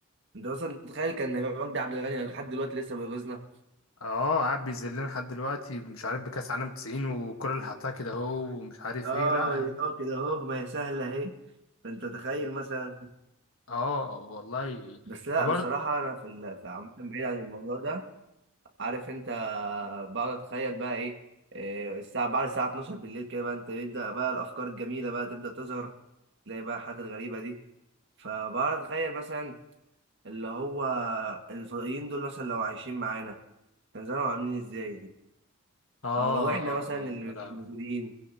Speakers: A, on the right; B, on the left.
A: انت مثلا تخيل كان هيبقى مجدي عبد الغني لحد دلوقتي لسه بيغيظنا
B: اه قاعد بيذلنا لحد دلوقتي مش عارف بكاس عالم 90 والكرة اللي حطها كده اهو ومش عارف
A: اه
B: ايه لا يعني.
A: اه كده اهو ما هي سهلة اهي فانت تخيل مثلا
B: اه والله
A: بس لا
B: برضه
A: بصراحة انا في ال- في عامة بعيد عن الموضوع ده عارف انت بقعد اتخيل بقى ايه إيه الساعة بعد الساعة 12 بالليل كده بقى انت يبدأ بقى الافكار الجميلة بقى تبدأ تظهر تلاقي بقى الحاجات الغريبة دي فبقعد اتخيل مثلا اللي هو الفضائيين دول مثلا لو عايشين معانا كان زمانهم عاملين ازاي
B: اه
A: او لو احنا مثلا اللي
B: لا لا.
A: مش موجودين